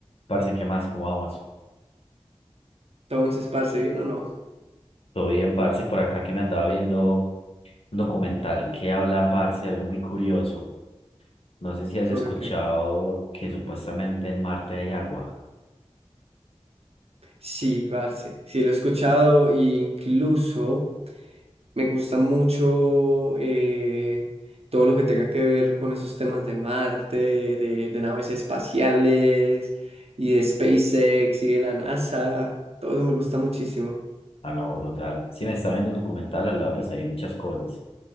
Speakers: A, on the left; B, on the right.
A: Parce, ¿qué más? ¿Cómo vamos?
B: Entonces, parce, ¿bien o no?
A: Todo bien, parce, por acá que me andaba viendo un documental que habla, parce, de algo muy curioso. No sé si has
B: ¿Sobre
A: escuchado
B: qué?
A: que supuestamente en Marte hay agua.
B: Sí, parce, sí lo he escuchado e incluso me gusta mucho eh, todo lo que tenga que ver con esos temas de Marte, de, de naves espaciales y de SpaceX y de la NASA. Todo eso me gusta muchísimo.
A: Ah, no, brutal. Sí, me estaba viendo un documental, al lado pues hay muchas cosas.